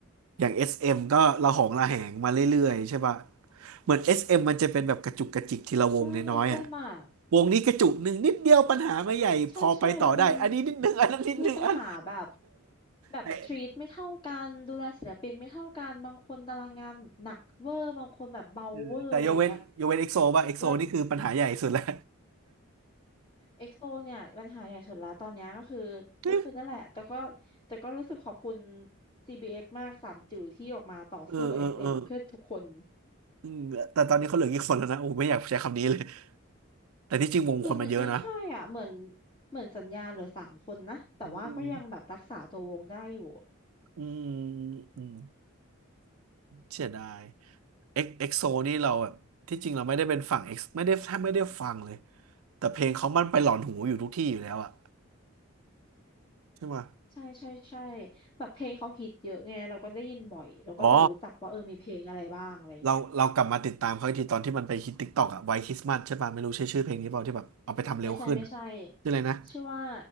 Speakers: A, on the right; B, on the left.
A: อย่าง SM ก็ระหองระแหงมาเรื่อยๆใช่ป่ะเหมือน SM มมันจะเป็นแบบกระจุกกระจิกทีละวงน้อยๆอ่ะ
B: ใช่เอสเอมอ่ะ
A: วงนี้กระจุกหนึ่งนิดเดียวปัญหาไม่ใหญ่พอไปต่อได้
B: ใช่ใช่แล้วมัน
A: อันนี้นิดหนึ่ง อันนั้นนิดหนึ่งอัน
B: มีปัญหาแบบแบบทรีตไม่เท่ากันดูแลศิลปินไม่เท่ากันบางคนตารางงานแบบหนักเวอร์บางคนแบบเบาเวอร์อะไรอย่างเงี้ย
A: เออแต่เออแต่ยกเว้นยกเว้นเอ็กโซป่ะเอ็กโซนี่คือปัญหาใหญ่สุดแล้ว
B: แล้วเอ็กโซเนี่ยปัญหาใหญ่สุดแล้วตอนเนี้ยก็คือก็คือนั่นแหละแต่ก็
A: <laughs>
B: แต่ก็รู้สึกขอบคุณ CBX มากสามจิ๋วที่ออกมาต่อสู้กับ
A: เออเออเออ
B: SM เอ็มเพื่อทุกคน
A: อืมแต่ตอนนี้เขาเหลือกี่คนแล้วนะโอ้ไม่อยากใช้คำนี้เลยแต่ที่จริงวงคนมันเยอะนะ
B: คือในในค่ายอ่ะเหมือนเหมือนสัญญาเหลือสามคนนะแต่ว่าก็ยังแบบรักษาตัววงได้อยู่
A: อืม อืมอืมเสียดายเอ็กเอ็กโซนี่เราแบบที่จริงเราไม่ได้เป็นฝั่งเอ็กไม่ได้แทบไม่ได้ฟังเลยแต่เพลงเขามันไปหลอนหูอยู่ทุกที่อยู่แล้วอะใช่ไหม
B: ใช่ใช่ใช่แบบเพลงเขาฮิตเยอะไงเราก็ได้ยินบ่อยเราก็จะรู้จักว่าเออมีเพลงอะไรบ้างอะไรเงี้ย
A: อ๋อเราเรากลับมาติดตามเขาอีกทีตอนที่มันไปฮิต t ิ k กต k อกอะไวท์คริสต์มาสใช่ป่ะไม่รู้ใช่ชื่อเพลงนี้เปล่าที่แบบเอาไปทำเร็วขึ้นอะ
B: ไม่ใช่ไม่ใช่
A: ชื่ออะไรนะ
B: ชื่อว่า